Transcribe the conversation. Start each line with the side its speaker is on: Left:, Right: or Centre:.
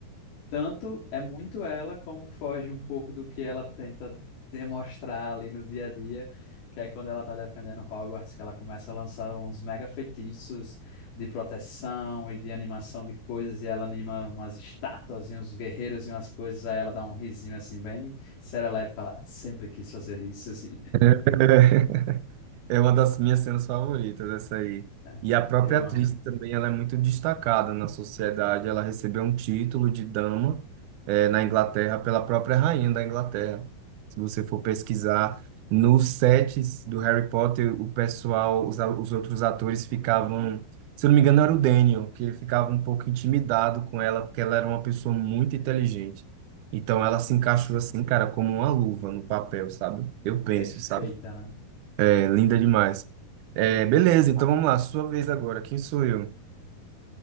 Left: tanto é muito ela, como foge um pouco do que ela tenta demonstrar ali no dia a dia, que é quando ela tá defendendo Hogwarts, que ela começa a lançar uns mega feitiços de proteção e de animação de coisas, e ela anima umas estátuas e uns guerreiros e umas coisas, aí ela dá um risinho, assim, bem serelepe, e fala, "Ah, sempre quis fazer isso, assim.
Right: <laughs> É uma das minhas cenas favoritas, essa aí.
Left: É,
Right: E a própria
Left: eu
Right: atriz
Left: amo.
Right: também, ela é muito destacada na sociedade. Ela recebeu um título de dama, eh, na Inglaterra pela própria rainha da Inglaterra. Se você for pesquisar nos sets do Harry Potter, o pessoal, os, a- os outros atores ficavam, se eu não me engano, era o Daniel, que ele ficava um pouco intimidado com ela, porque ela era uma pessoa muito inteligente. Então ela se encaixou
Left: Sim.
Right: assim, cara, como uma luva no papel, sabe? Eu penso,
Left: Perfeita,
Right: sabe?
Left: né?
Right: É linda demais. É, beleza,
Left: É.
Right: então vamos lá, sua vez agora. Quem sou eu?